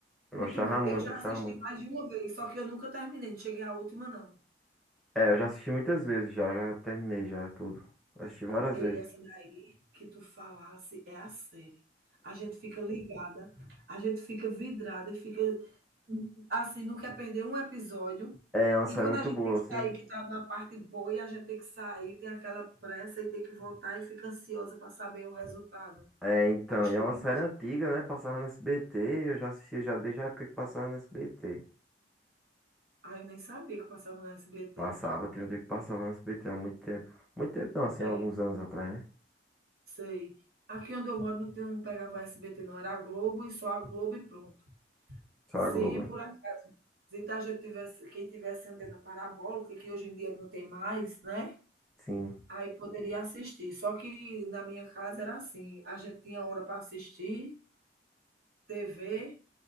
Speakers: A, in the centre; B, on the right.
A: Eu
B: muito
A: gostava
B: bom. Eu
A: muito,
B: já
A: gostava
B: assisti
A: muito.
B: mais de uma vez, só que eu nunca terminei, não cheguei à última não.
A: É, eu já assisti muitas vezes, já, já terminei já tudo. Assisti várias
B: E
A: vezes.
B: essa daí que tu falasse é a série. A gente fica ligada, a gente fica vidrada e fica assim, não quer perder um episódio.
A: É uma série
B: E quando
A: muito
B: a gente
A: boa,
B: tem que
A: assim.
B: sair, que tá na parte boa, e a gente tem que sair, tem aquela pressa e tem que voltar e fica ansiosa para saber o resultado.
A: É, então,
B: Gostei
A: e é uma
B: demais.
A: série antiga, né? Passava no SBT, eu já assistia já desde a época que passava no SBT.
B: Ah, eu nem sabia que passava na SBT.
A: Passava, tem um tempo que passava no SBT há muito tempo. Muito tempo não, assim,
B: É,
A: há alguns anos atrás, né?
B: sei. Aqui onde eu moro não, tem, não pegava SBT, não. Era a Globo e só a Globo e pronto.
A: Só
B: Se
A: a Globo,
B: por
A: né?
B: acaso se a gente tivesse, quem tivesse antena parabólica, que hoje em dia não tem mais, né?
A: Sim.
B: Aí poderia assistir. Só que na minha casa era assim, a gente tinha hora para assistir TV